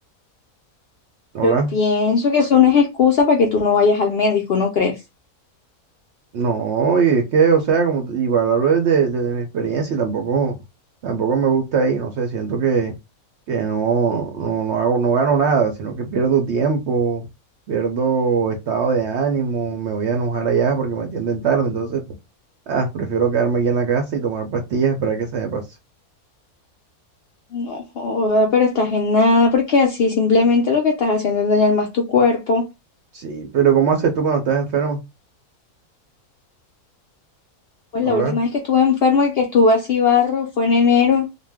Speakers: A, on the right; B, on the left.
A: Hola.
B: Yo pienso que eso no es excusa para que tú no vayas al médico, ¿no crees?
A: No, y es que, o sea, como t- igual hablo desde, desde mi experiencia y tampoco, tampoco me gusta ahí, no sé, siento que, que no, no, no hago, no gano nada, sino que pierdo tiempo, pierdo estado de ánimo, me voy a enojar allá porque me atienden tarde, entonces, ah, prefiero quedarme aquí en la casa y tomar pastillas para que se me pase.
B: No joda, pero estás en nada, porque así simplemente lo que estás haciendo es dañar más tu cuerpo.
A: Sí, pero ¿cómo haces tú cuando estás enfermo?
B: Pues
A: Hola.
B: la última vez que estuve enferma, que estuve así barro, fue en enero.